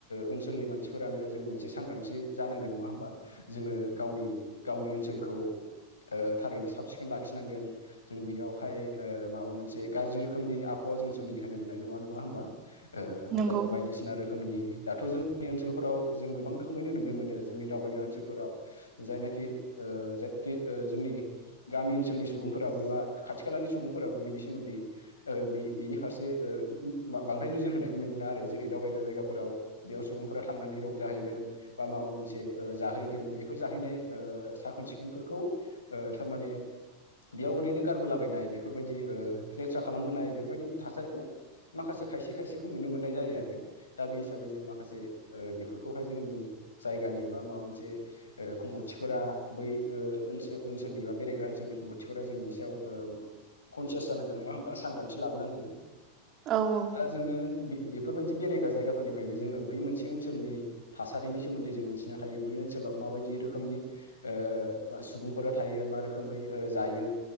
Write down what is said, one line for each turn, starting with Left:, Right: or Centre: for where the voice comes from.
Left: ओनसोलनि मानसिफोरानो जों मोनसे सांग्रांथि जानांगोन नङा होमबा? जोङो गावनि गावनि ओनसोलखौ ओ थारैनो साब सिखोन लाखिनांगोन। जों बेयावहाय माबा मोनसे गाज्रि रोखोमनि आबहावा जों सोमजिहोनो मोननाय नङा नङा होमबा ओ
Right: नंगौ
Left: गाय बायदिसिना रो खोमनि दाथ जोंनि ओनसोलफोराव जों गोबां रोखोमैनो नुनो मोनो जोंनि दावबायग्रा ओनसोलफोराव जायनाखि ओ जायखि जोंनि गामि ओनसोलनि सुबुंफोराबो बा खाथि खालानि सुबुंफोराबो बिनि सोमोन्दै ओ बि बिनि फारसे ओ बा बांद्राय नोजोर होनायखौ नुनो मोना आरो जेरै दावबायग्रा जायगाफोराव बेयाव सुबुंफ्रा थांनानै रंजाहैगोन। बा माबा मोनसे ओ जाहैगोन बेफोर जाहैनाय ओ साखोन सिखोनफोरखौ ओ थारमाने बेयाव ओरैनो गारबोलाबायनाय बेफोरबायदि ओ लेथ्रा खालामबोनाय बेफोरबायदि थासारिखौ माखासे खायसे खायसेखौ नुनो मोननाय जायो आरो। दा बे हिसाबै जों माखासे बेफोरखौहाय जोंनि जायगानि बा माबा मोनसे। खुंगथिफोरा बै ओ ओनसोलनि बा बेरायग्रा ओनसोलनि खुंगथिफोरा जों बिनि सायाव। कनसियास जानांगोन नङा होमबा सांग्रथि लाबोनांगोन।
Right: औ औ।
Left: दा जोङो बे बेफोरबायदि बेरायग्रा जायगाफोरनिफ्रायनो जोङो बै मोनसे ओनसोलनि थासारिनि सोमोन्दै जों मिथिनो हायो बै ओनसोलाव माबायदि रोखोमनि ओ सुबुंफोरा थायो मा रोखोमै जायो।